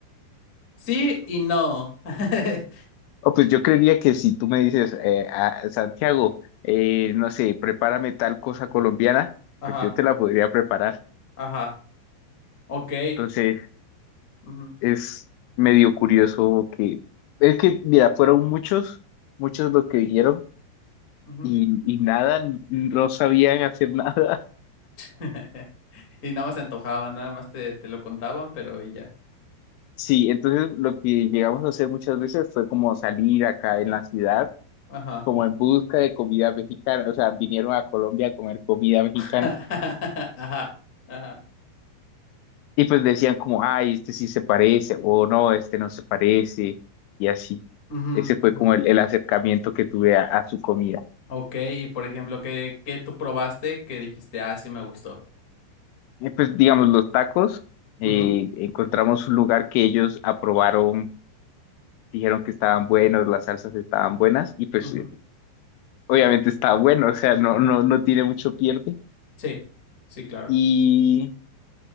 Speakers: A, on the left; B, on the left.
A: Sí y no. <laughs>
B: Oh, pues yo creería que si tú me dices, eh, a- Santiago, eh, no sé, prepárame tal cosa colombiana,
A: Ajá,
B: pues yo te la podría preparar.
A: ajá. Ok.
B: Entonces,
A: ujú,
B: es medio curioso que, es que, mira, fueron muchos, muchos los que vinieron
A: ujú.
B: y, y nada, no sabían hacer <laughs> nada.
A: <laughs> Y nada más te antojaba, nada más te, te lo contaban, pero y ya.
B: Sí, entonces lo que llegamos a hacer muchas veces fue como salir acá en la ciudad,
A: Ajá.
B: como en busca de comida mexicana, o sea, vinieron a Colombia a comer comida mexicana.
A: <laughs> Ajá. Ajá.
B: Y pues decían como, ay, este sí se parece, o no, este no se parece, y así.
A: Ujú,
B: Ese fue
A: ujú.
B: como el, el acercamiento que tuve a, a su comida.
A: Ok, y por ejemplo, ¿qué, qué tú probaste que dijiste, ah, sí me gustó?
B: Y pues digamos, los tacos, eh,
A: Ujú,
B: encontramos un lugar que ellos aprobaron, dijeron que estaban buenos, las salsas estaban buenas, y pues
A: ujú,
B: eh, obviamente está bueno, o sea, no, no, no tiene mucho pierde.
A: Sí, sí, claro.
B: Y